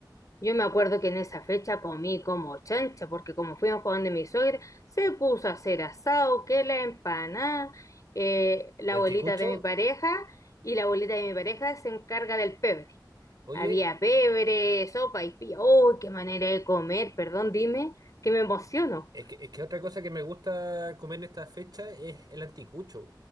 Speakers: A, on the left; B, on the right.
A: Yo me acuerdo que en esa fecha comí como chancha, porque como fuimos para donde mi suegra, se puso a hacer asado, que la empanada, eh, la
B: Y anticucho,
A: abuelita de mi pareja, y la abuelita de mi pareja se encarga del pebre.
B: oye.
A: Había pebre, sopa y pilla. ¡Uy, qué manera de comer! Perdón, dime, que me emociono.
B: Es que, es que otra cosa que me gusta comer en esta fecha es el anticucho.